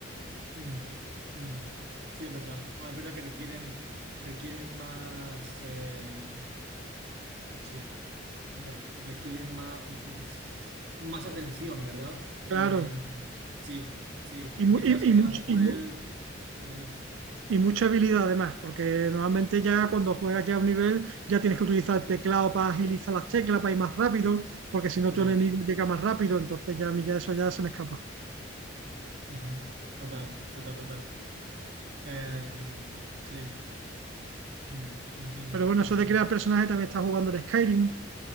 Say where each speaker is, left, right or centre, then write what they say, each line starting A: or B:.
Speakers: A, on the right; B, on the right.
A: Mm, mm. sí, es verdad. No, es verdad que requieren, requieren más, eh, sí, requ- requieren más, mm, más atención, ¿verdad? Eh,
B: Claro.
A: sí, sí.
B: Y, mu-
A: Mientras
B: y,
A: que
B: y much-
A: a lo mejor
B: y mu-
A: el... Dime, dime.
B: y mucha habilidad además, porque normalmente ya cuando juegas ya a un nivel, ya tienes que utilizar el teclado para agilizar las teclas, para ir más rápido, porque si no
A: Total.
B: tu enemigo llega más rápido, entonces ya, a mí ya eso ya se me escapa.
A: Ujú. Total, total, total. Eh, sí, Mm, entiendo,
B: Pero bueno,
A: entiendo.
B: eso de crear personajes también está jugando al Skyrim,